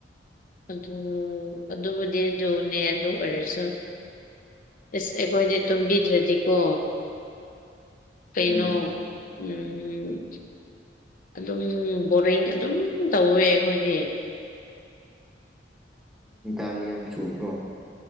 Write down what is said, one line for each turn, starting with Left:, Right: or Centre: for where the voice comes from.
Left: ꯑꯗꯨ ꯑꯗꯨꯕꯨꯗꯤ ꯑꯗꯨꯅꯦ ꯑꯗꯨ ꯑꯣꯏꯔꯁꯨ ꯑꯁ ꯑꯩꯈꯣꯏꯗꯤ ꯇꯨꯝꯕꯤꯗ꯭ꯔꯗꯤꯀꯣ ꯀꯩꯅꯣ
Centre: ꯎꯝ
Left: ꯎꯝ ꯑꯗꯨꯝ ꯕꯣꯔꯤꯡ ꯑꯗꯨꯝ ꯇꯧꯋꯦ ꯑꯩꯈꯣꯏꯗꯤ
Centre: ꯥ ꯌꯥꯝ ꯆꯨꯕ꯭ꯔꯣ